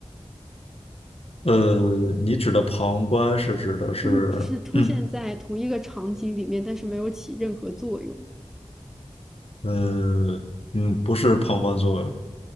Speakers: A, on the left; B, in the centre.
A: 呃，你指的旁观是指的是，
B: 就是只是出现在同一个场景里面，
A: 嗯
B: 但是没有起任何作用
A: 呃嗯，不是旁观作用，